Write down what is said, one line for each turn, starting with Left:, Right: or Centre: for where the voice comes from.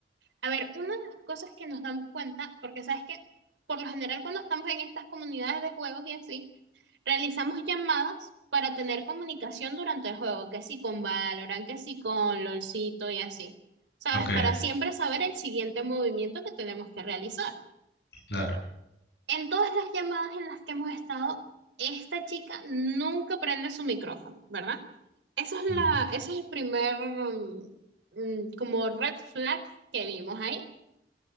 Right: A ver, una de las cosas que nos damos cuenta, porque sabes que por lo general cuando estamos en estas comunidades de juegos y así, realizamos llamadas para tener comunicación durante el juego, que sí con Valorant, que sí con LOLcito y así. ¿Sabes?
Left: Ok,
Right: Para siempre saber el siguiente movimiento que tenemos que realizar.
Left: claro.
Right: En todas las llamadas en las que hemos estado, esta chica nunca prende su micrófono, ¿verdad? Eso es
Left: Ujú.
Right: la, ese es el primer mm, mm, como red flag que vimos ahí.